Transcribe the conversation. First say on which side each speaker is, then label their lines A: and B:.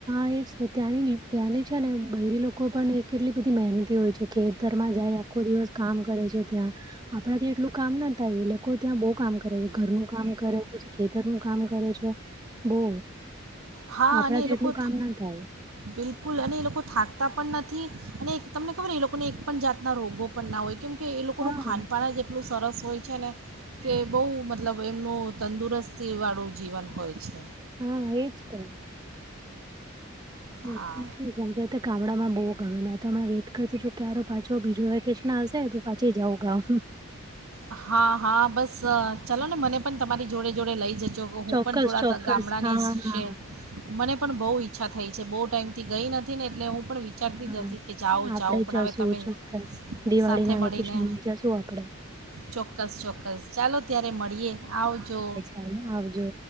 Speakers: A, on the right; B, on the right.
A: એજ તો ત્યાંની ત્યાંની છે ને, બડલી લોકો પણ એ કેટલી બધી મહેનતી હોય છે જાય. આખો દિવસ કામ કરે છે, ત્યાં આપણાથી એટલું કામ ના થાય, એ લોકો લોકો ત્યાં બહુ કામ કરે છે, ઘરનું કામ કરે, પછી ખેતરનું કામ કરે છે બહુ.
B: હા,
A: આપણાથી
B: અને એ લોકો
A: એટલું કામ ના થાય.
B: બિલકુલ અને એ લોકો થાકતા પણ નથી, અને તમને ખબર એ લોકોને એક પણ જાતના રોગો પણ ના હોય, કેમ કે એ લોકોનું
A: હા
B: ખાનપાન જ એટલું સરસ હોય છે ને. કે બહુ મતલબ એમનું તંદુરસ્તી વાળું જીવન હોય છે.
A: હા, એજ તો. <unintelligible>
B: હા
A: ગામડામાં ગમે મેં તો હમણા વેઇ કરતી છુ, ક્યારે પાછો બીજો હશે તો. <unintelligible>
B: હા, હા બસ, ચાલો ને મને પણ જોડે જોડે જજો કે, હું
A: ચોક્કસ
B: પણ થોડા
A: ચોક્કસ
B: ગામડાંની
A: હા. હા
B: છે. મને પણ બહુ ઈચ્છા થઈ છે, બહુ ટાઈમ થી ગઈ નથી. નથી ને, એટલે હું પણ વિચારતી જ
A: હા.
B: હતી કે, જાઉં
A: આપડે
B: જાઉં પણ
A: જશું
B: હવે તમે
A: ચોક્કસ દિવાળી
B: સાથે
A: ના
B: મળીને.
A: વેકેશનમાં જશું આપડે.
B: ચોક્કસ, ચોક્કસ, ચાલો ત્યારે મળીએ આવજો.
A: હ, આવજો.